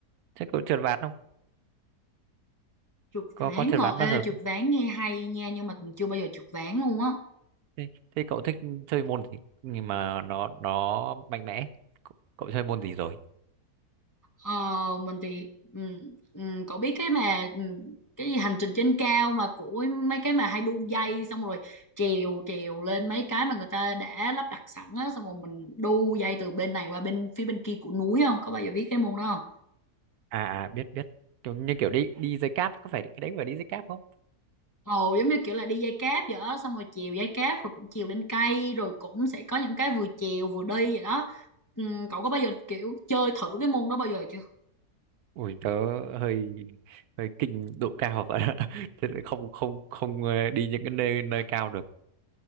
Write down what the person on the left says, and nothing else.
Chụp
ván
ngồi
ê
trượt
ván nghe hay nha nhưng mà mình chưa bao giờ chụp ván luôn á
ờ, mình thì ừm, ừm, cậu biết cái mà ừm, cái gì hành trình trên cao mà của mấy cái mà hay đu dây xong rồi trèo trèo lên mấy cái mà người ta đã lắp đặt sẵn á xong rồi mình đu dây từ bên này qua bên phía bên kia của núi không có bao giờ biết cái môn đó không
Ồ giống như kiểu là đi dây cáp vậy đó, xong rồi chèo dây cáp rồi cũng chèo lên cây rồi cũng sẽ có những cái vừa chèo vừa đi vậy đó. Ừm, cậu có bao giờ kiểu chơi thử cái môn đó bao giờ chưa?